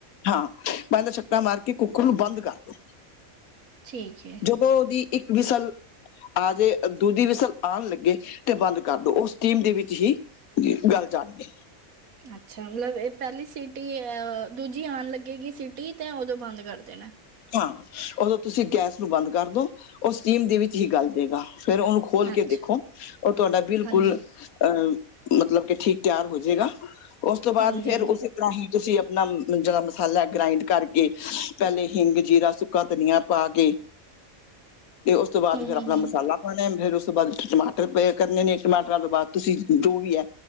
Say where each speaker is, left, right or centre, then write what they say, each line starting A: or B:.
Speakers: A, on the left; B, on the right.
A: ਹਾਂ ਪਾਨੀ ਦਾ ਛਟਾ ਮਾਰ ਕੇ ਕੁੱਕਰ ਨੂੰ ਬੰਦ ਕਰ ਦੋ
B: ਠੀਕ ਏ।
A: ਜਦੋਂ ਓਦੀ ਈਕ ਵੀਸ਼ਲ ਆਜੇ ਦੂਜੀ ਵਿਸਲ ਆਣ ਲੱਗੇ ਤੇ ਬੰਦ ਕਰਦੋ ਓ ਸਟੀਮ ਦੇ ਵੀਚ ਹੀ ਗਲ ਜਾਣਗੇ।
B: ਅੱਛਾ ਮਲਬ ਏ ਪੈਲੀ ਸੀਟੀ ਦੂਜੀ ਆਣ ਲੱਗੇਗੀ ਸੀਟੀ ਤੇ ਓਦੋਂ ਬੰਦ ਕਰ ਦੇਣਾਐ।
A: ਹਾਂ ਓਦੋਂ ਤੁਸੀਂ ਗੈਸ ਨੂੰ ਬੰਦ ਕਰਦੋ ਓ ਸਟੀਮ ਦੇ ਵੀਚ ਹੀ ਗੱਲ ਜੇਗਾ ਫੇਰ ਓਨੂੰ ਖੋਲ ਕੇ
B: ਅੱਛਾ
A: ਦੇਖੋ ਤੁਆਡਾ ਬਿਲਕੁਲ
B: ਹਾਂਜੀ
A: ਅਐ ਮਤਲਬ ਕੇ ਠੀਕ ਤੇਆਰ ਹੋ ਜੇਗਾ ਓਸ ਤੋਂ ਬਾਦ
B: ਹਾਂਜੀ
A: ਫੇਰ
B: ਹਾਂਜੀ
A: ਓਸੇ ਤਾਹੀਂ ਤੁਸੀਂ ਆਪਣਾ ਜੇੜਾ ਮਸਾਲਾ ਐ ਗਾਰਾਈਡ ਕਰਕੇ ਪੈਲੇ ਹਿੰਗ ਜੀਰਾ ਸੁੱਕਾ ਧਨੀਆ ਪਾ ਕੇ, ਤੇ ਓਸ ਤੋਂ ਬਾਦ
B: ਹਮ
A: ਫੇਰ
B: ਹਮ
A: ਅਪਣਾ
B: ਹਮ
A: ਮਸਾਲਾ ਪਾਣਾ ਫੇਰ ਓਸ ਤੋਂ ਬਾਦ ਤੁਸੀਂ ਟਮਾਟਰ ਪਏ ਕਰਨੇ ਨੇ ਟਮਾਟਰਾਂ ਤੋਂ ਬਾਦ ਤੁਸੀਂ ਜੋ ਵੀ ਐ